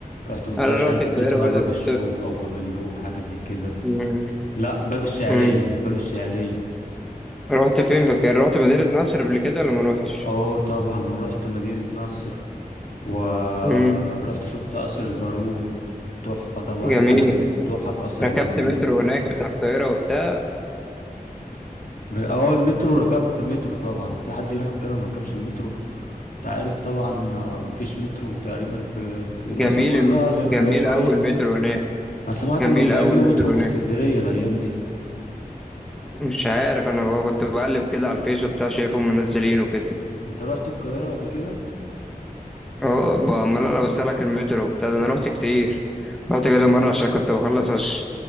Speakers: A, on the left (about 65°); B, in the centre.
A: رحت منطقة
B: أنا
A: مش
B: رحت
A: عارف
B: القاهرة
A: فاكر اسمها
B: برضه
A: باب
B: كنت
A: الشوق أو باب اللوق حاجة زي كده
B: مم.
A: لا باب الشعرية
B: مم.
A: باب الشعرية
B: رحت فين في القاهرة رحت مدينة نصر قبل كده ولا ما رحتش
A: اه طبعا ورحت مدينة نصر ورحت
B: مم.
A: شفت قصر البارون تحفة طبعا
B: جميل
A: حاجة من تحف قصر
B: ركبت
A: البارون
B: مترو هناك بتاع القاهرة وبتاع
A: اه المترو ركبت مترو طبعا في حد يروح القاهرة ما ركبش المترو انت عارف طبعا مفيش مترو تقريبا في مصر
B: جميل
A: كلها
B: الم-
A: غير
B: جميل
A: في القاهرة
B: أول مترو هناك
A: انا سمعت
B: جميل
A: انهم بيعملوا
B: أول مترو
A: مترو في
B: هناك
A: اسكندرية الايام دي
B: مش عارف أنا كنت بقلب كده على الفيس وبتاع شايفهم منزلينه كده
A: انت رحت القاهرة قبل كده
B: اه ب- امال انا بسألك المترو وبتاع ده انا رحت كتير رحت كذا مرة عشان كنت بخلص أش-